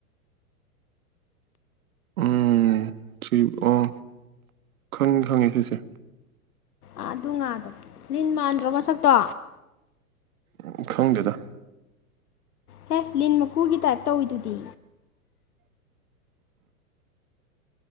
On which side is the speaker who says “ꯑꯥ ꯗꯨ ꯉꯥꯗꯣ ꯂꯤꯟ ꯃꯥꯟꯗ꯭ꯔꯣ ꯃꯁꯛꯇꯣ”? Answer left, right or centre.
Left